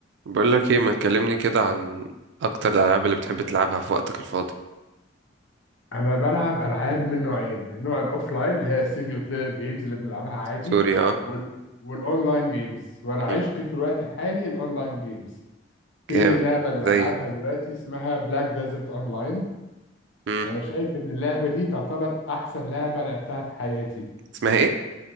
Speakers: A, on the right; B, on the left.
A: بقول لك ايه ما تكلمني كده عن اكتر الالعاب اللي بتحب تلعبها في وقتك الفاضي
B: انا بلعب العاب من نوعين النوع الاوفلاين اللي هي السنجل بلاير جيمز اللي بنلعبها عادي
A: سوري اه
B: وال... والاونلاين جيمز وانا عشقي
A: مم.
B: في الوقت الحالي الاونلاين جيمز في
A: جامد
B: لعبه اللي
A: زي
B: بلعبها دلوقتي اسمها بلاك ديزرت اونلاين
A: مم.
B: انا شايف ان اللعبه دي تعتبر احسن لعبه لعبتها في حياتي
A: اسمها ايه